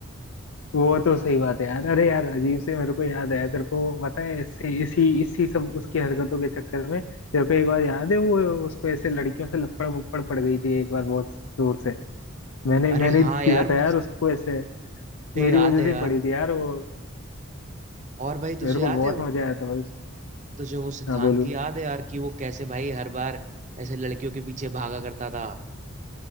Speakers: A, on the left (about 85°); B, on the right (about 35°).
A: वो तो सही बात है यार अरे यार अजीब से मेरे को याद आया तेरे को पता है ऐसे इसी इसी सब उसकी हरकतों के चक्कर में तेरे को एक बार याद है वो उसको ऐसे लड़कियों से लपड़ वपड़ पड़ गई थी एक बार बहुत जोर से मैंने
B: अरे
A: मैंने
B: हाँ
A: ही दिया
B: यार
A: था यार
B: मुझे
A: उसको ऐसे मेरी
B: याद
A: वजह
B: है
A: से
B: यार
A: ही पड़ी थी यार वो
B: और भाई तुझे
A: मेरे
B: याद
A: को बहुत
B: है वो-
A: मजा आया था भाई
B: तुझे वो सिद्धांत
A: हाँ बोलूँ
B: की याद है यार कि वो कैसे भाई हर बार ऐसे लड़कियों के पीछे भागा करता था